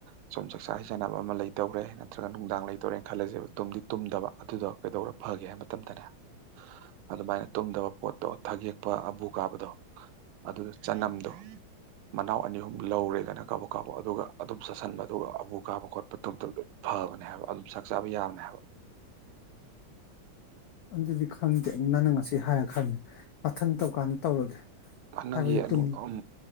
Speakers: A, on the right (about 85°); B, on the left (about 80°).
A: ꯁꯨꯝ ꯆꯥꯛꯆꯥ ꯍꯩꯖꯥꯟꯅꯕ ꯑꯃ ꯂꯩꯇꯧꯔꯦ ꯅꯠꯇ꯭ꯔꯒ ꯅꯨꯡꯗꯥꯡ ꯂꯩꯗꯧꯔꯦꯅ ꯈꯜꯂꯁꯦꯕ ꯇꯨꯝꯗꯤ ꯇꯨꯝꯗꯕ ꯑꯗꯨꯗꯣ ꯀꯩꯗꯧꯔ ꯐꯒꯦ ꯍꯥꯏꯕ ꯃꯇꯝꯗꯅꯦ ꯑꯗꯨꯃꯥꯏꯅ ꯇꯨꯝꯗꯕ ꯄꯣꯠꯇꯣ ꯊꯒꯦꯛꯄ ꯑꯕꯨ ꯀꯥꯕꯗꯣ ꯑꯗꯨꯗ ꯆꯅꯝꯗꯣ ꯃꯅꯥꯎ ꯑꯅꯤ ꯑꯍꯨꯝ ꯂꯧꯔꯦꯗꯅ ꯀꯕ ꯀꯥꯎꯕ ꯑꯗꯨꯒ ꯑꯗꯨꯝ ꯆꯥꯁꯤꯟꯕ ꯑꯗꯨꯒ ꯑꯕꯨ ꯀꯥꯕ ꯈꯣꯠꯄ ꯇꯨꯝꯗꯕꯗꯣ ꯐꯕꯅꯦ ꯍꯥꯏꯕ ꯑꯗꯨꯝ ꯆꯥꯛ ꯆꯥꯕ ꯌꯥꯕꯅꯦ
B: ꯑꯗꯨꯟꯗꯤ ꯈꯪꯗꯦ ꯅꯪꯅ ꯉꯁꯤ ꯍꯥꯏꯔ ꯈꯪꯉꯤ ꯃꯊꯪ ꯇꯧꯀꯥꯟꯗ ꯇꯧꯔꯒꯦ
A: ꯍ ꯅꯪꯒꯤ
B: ꯍꯥꯏꯕꯗꯤ ꯇꯨꯡ
A: ꯎꯝ